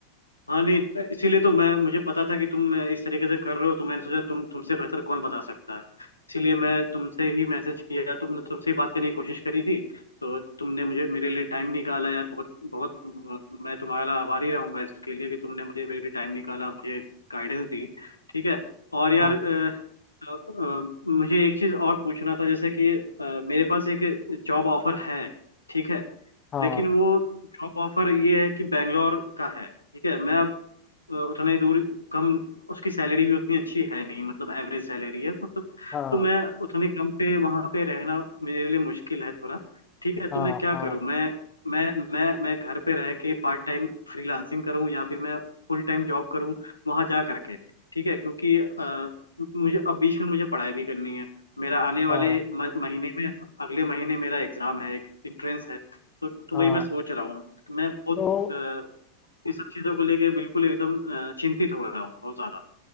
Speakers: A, on the left; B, on the left.
A: हाँ नहीं तो इसीलिए तो मैं मुझे पता था कि तुम इस तरीके से कर रहे हो तो मैंने सोचा तुम तुमसे बेहतर कौन बता सकता है इसीलिए मैं तुमसे ही मैसेज किया तुमने तुमसे ही बात करने की कोशिश करी थी तो तुमने मुझे मेरे लिए टाइम निकाला यार बहुत बहुत अ, मैं तुम्हारा आभारी रहूंगा इसके लिए कि तुमने मुझे मेरे लिए टाइम निकाला मुझे गाइडेंस दी ठीक है और यार
B: हाँ
A: अ, अ, अ, मुझे एक चीज़ और पूछना था जैसे कि अ, मेरे पास एक जॉब ऑफर है ठीक है
B: हाँ
A: लेकिन वो जॉब ऑफर ये है कि बैंगलोर का है ठीक है मैं अब अ, उतना ही दूर कम उसकी सैलरी भी उतनी अच्छी है नहीं मतलब एवरेज सैलरी है मतलब
B: हाँ
A: तो मैं उतने कम पे वहां पे रहना मेरे लिए मुश्किल है थोड़ा ठीक है
B: हाँ
A: तो मैं क्या
B: हाँ
A: करूं मैं मैं मैं मैं घर पे रह के पार्ट टाइम फ्रीलांसिंग करूं या फिर मैं फुल टाइम जॉब करूं वहां जा करके ठीक है क्योंकि अ, मुझे अब बीच में मुझे पढ़ाई भी करनी है मेरा आने वाले
B: हाँ
A: म- महीने में अगले महीने मेरा एग्जाम है एक एंट्रेंस है तो, तो
B: हाँ
A: वही मैं सोच रहा हूँ मैं बहुत
B: तो
A: अ, इस सब चीजों को लेके बिल्कुल एकदम अ, चिंतित हो रहा हूँ बहुत ज्यादा